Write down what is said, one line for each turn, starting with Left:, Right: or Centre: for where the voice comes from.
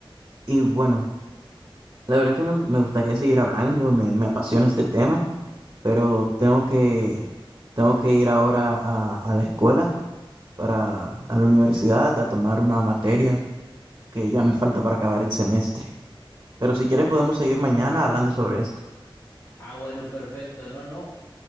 Right: Y bueno, la verdad es que me, me gustaría seguir hablando, me, me apasiona este tema, pero tengo que, tengo que ir ahora a, a la escuela, para, a la universidad, a tomar una materia que ya me falta para acabar el semestre. Pero si quieres podemos seguir mañana hablando sobre esto.
Left: Ah, bueno, perfecto, no, no.